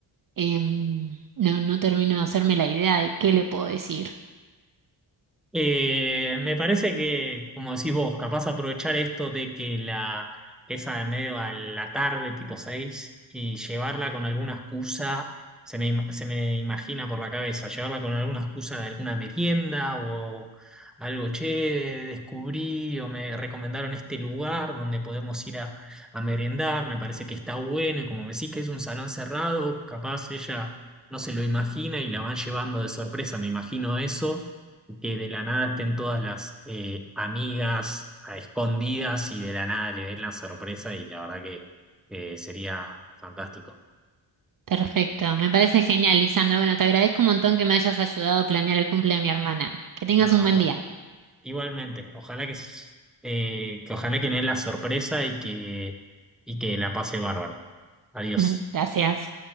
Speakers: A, on the right; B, in the centre.
A: em, no, no termino de hacerme la idea de qué le puedo decir.
B: Eh, me parece que, como decís vos, capaz aprovechar esto de que la esa de medio a la tarde, tipo 6 y llevarla con alguna excusa, se me, im- se me imagina por la cabeza, llevarla con alguna excusa de alguna merienda o algo, che, descubrí o me recomendaron este lugar donde podemos ir a, a merendar, me parece que está bueno, y como me decís que es un salón cerrado, capaz ella no se lo imagina y la van llevando de sorpresa, me imagino eso que de la nada estén todas las eh, amigas a escondidas y de la nada le den la sorpresa y la verdad que eh, sería fantástico.
A: Perfecto, me parece genial, Lisandro. Bueno, te agradezco un montón que me hayas ayudado a planear el cumple de mi hermana. Que tengas
B: No,
A: un buen
B: por,
A: día.
B: igualmente, ojalá que, s- eh, que ojalá que den la sorpresa y que, y que la pase bárbaro. Adiós.
A: <laughs> Gracias.